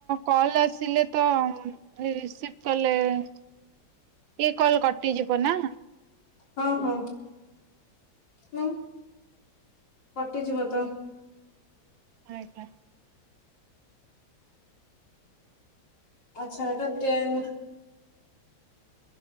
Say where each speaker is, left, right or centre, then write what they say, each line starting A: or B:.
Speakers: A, on the right (about 75°); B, on the left (about 60°).
A: କଲ ଆସିଲେ ତ ରିସିଭ୍ କଲେ ଇଏ କଲ କଟିଯିବ ନା।
B: ହଁ, ହଁ ଫୋନ୍ କଟିଯିବ ତ।
A: ଆଜ୍ଞା।
B: ଆଚ୍ଛା ଏଟା ଗୋଟେନ୍